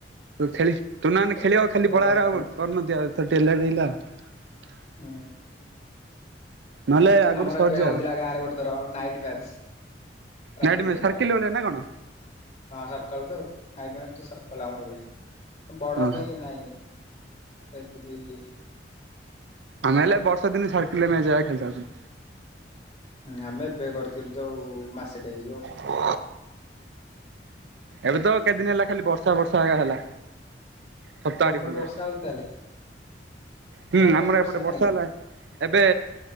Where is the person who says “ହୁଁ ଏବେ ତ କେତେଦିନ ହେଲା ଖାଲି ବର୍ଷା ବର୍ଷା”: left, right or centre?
Right